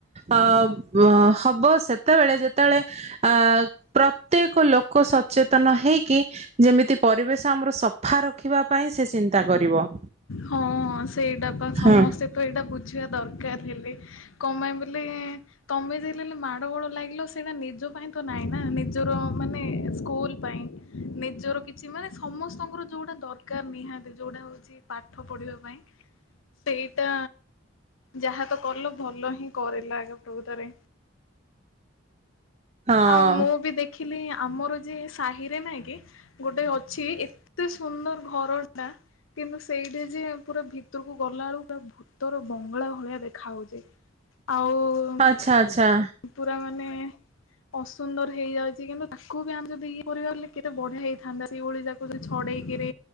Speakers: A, on the right; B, on the left.
A: ଅ ହବ ସେତେବେଳେ ଯେତେବେଳେ ଅ ପ୍ରତ୍ୟେକ ଲୋକ ସଚେତନ ହେଇକି ଯେମିତି ପରିବେଶ ଆମର ସ ସଫା ରଖିବା ପାଇଁ ସେ ଚିନ୍ତା କରିବ।
B: ହଁ ସେଇଟା ପା ସମସ୍ତେ
A: ହଁ
B: ତ ଏଇଟା ବୁଝିବା ଦରକାର ହେଲେ। କଣ ପାଇଁ ବଲେ ତମେ ଯ ମାଡ ଗୋଳ ଲାଗିଲ ସେଇଟା ନିଜ ପାଇଁ ତ ନାଇଁ ନା ନିଜର ମାନେ ସ୍କୁଲ ପାଇଁ ନିଜର କିଛି ମାନେ ସମସ୍ତଙ୍କର ଯୋଉଟା ଦରକାର ନିହାତି ଯୋଉଟା ହଉଛି। ପାଠ ପଢିବା ପାଇଁ ସେଇଟା ଯାହା ତ କଲ ଭଲ ହିଁ କରିଲ ଆକା ପ୍ରକୃତରେ
A: ହଁ
B: ଆଉ ମୁଁ ବି ଦେଖିଲି ଆମର ଯେ ସାହିରେ ନାଇଁ କି ଗୋଟେ ଅଛି ଏତେ ସୁନ୍ଦର ଘରଟା କିନ୍ତୁ ସେଇଠି ଯେ ପୁରା ଭିତରକୁ ଗଲା ବେଳକୁ ପୁରା ଭୂତର ବଙ୍ଗଳା ଭଳିଆ ଦେଖା ଯାଇଛି। ଆଉ
A: ଆଚ୍ଛା ଆଚ୍ଛା
B: ପୁରା ମାନେ ଅସୁନ୍ଦର ହେଇଯାଉଛି କିନ୍ତୁ ତାକୁ ବି ଆମେ ଯଦି ଇଏ କରିବା ବେଳେ କେତେ ବଢିଆ ହେଇଥାନ୍ତା ସେଇଭଳି ଜା କୋଉଥିରେ ଛଡେଇକିରି